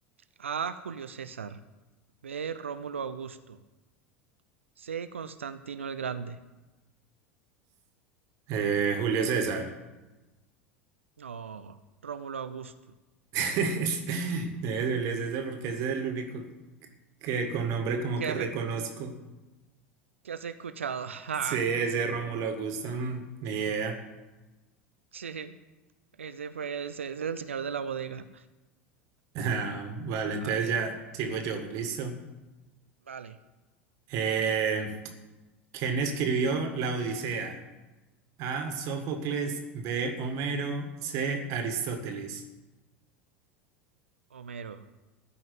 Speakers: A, on the right; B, on the right.
A: A. Julio César. B. Rómulo Augusto. C. Constantino el Grande.
B: Eh, Julio César.
A: No, Rómulo Augusto.
B: <laughs> debe ser Julio César porque ese es el único que con nombre como
A: ¿Qué,
B: que
A: ha-
B: reconozco.
A: qué has escuchado? <laughs> Ja,
B: Sí, ese Rómulo Augusto, mm, ni idea. <laughs>
A: sí, ese fue, ese es el señor de la bodega.
B: Ah, vale, entonces
A: A ver,
B: ya sigo yo, listo.
A: vale.
B: Eh, ¿quién escribió La Odisea? A. Sófocles. B. Homero. C. Aristóteles.
A: Homero.